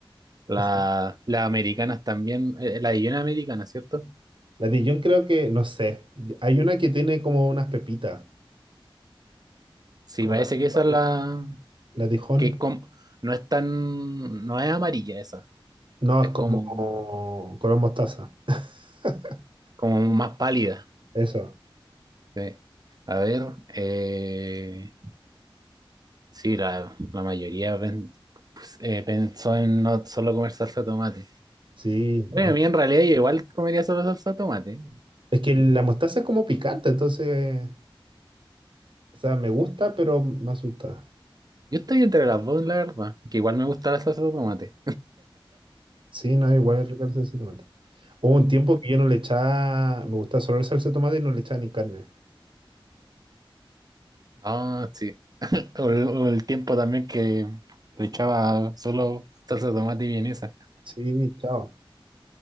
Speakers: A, on the right (about 45°); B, on the right (about 65°).
A: La,
B: Así.
A: las americanas también, eh, la de Jenny americana, ¿cierto?
B: La Dijon creo que, no sé, hay una que tiene como unas pepitas,
A: Sí,
B: como
A: parece
B: las
A: que
B: pepas
A: esa es
B: de-
A: la...
B: La Dijon,
A: que es como... no es tan... no es amarilla esa,
B: no,
A: es
B: es como
A: como,
B: color mostaza, <laughs>
A: como más pálida.
B: eso,
A: Sí. A ver, eh, sí, la, la mayoría pen- pues, eh, pensó en no solo comer salsa de tomate.
B: sí, no.
A: Bueno, a mí en realidad yo igual comería solo salsa de tomate.
B: Es que la mostaza es como picante, entonces, o sea, me gusta, pero me asusta.
A: Yo estoy entre las dos, la verdad, que igual me gusta la salsa de tomate.
B: Sí, no, igual es rica la salsa de tomate. Hubo un tiempo que yo no le echaba, me gustaba solo la salsa de tomate y no le echaba ni carne.
A: Ah, sí. O el, o el tiempo también que le echaba solo salsa de tomate y vienesa,
B: Sí, chao.